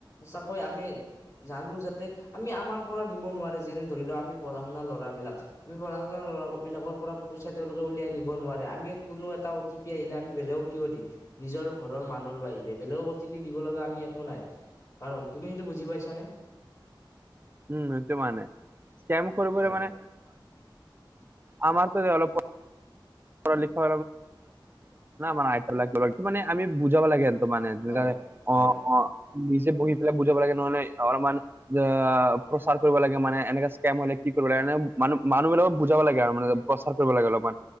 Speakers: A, on the left; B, on the right.
A: সঁচাকৈ আমি। জানো যাতে, আমি আমাৰ পৰা নিব নোৱাৰে, যেনে, ধৰি লও আমি পঢ়া শুনা ল'ৰা বিলাক। আমি পঢ়া শুনা ল'ৰা বিলাকৰ পৰা পইচা তেওঁলোকে উলিয়াই নিব নোৱাৰে, আমি কোনো এটা অ', তি পি আহিলে আমি বেলেগক কিয় দিম, নিজৰ ঘৰৰ মানুহৰ বাহিৰে বেলেগক অ', টিপি দিব লগা আমি একো নাই। কাৰণ, তুমি সেইটো বুজি পাইচা নে?
B: উম, সেইটোৱে মানে, স্কেম কৰিবলে
A: হয়
B: মানে আমাৰ ফালে অলপ পঢ়া লিখা <unintelligible> মানে আমি বুজাব লাগে আৰু ত', মানে তেনেকে
A: হয় হয়
B: অ', অ', নিজে বহি পেলাই বুজাব লাগে, নহলে অলপমান যে অ', প্ৰচাৰ কৰিব লাগে, মানে এনেকা স্কেম হলে কি কৰিব লাগে, এনে মানুহ মানুহবিলাকক বুজাব লাগে আৰু মানে প্ৰচাৰ কৰিব লাগে, অলপমান,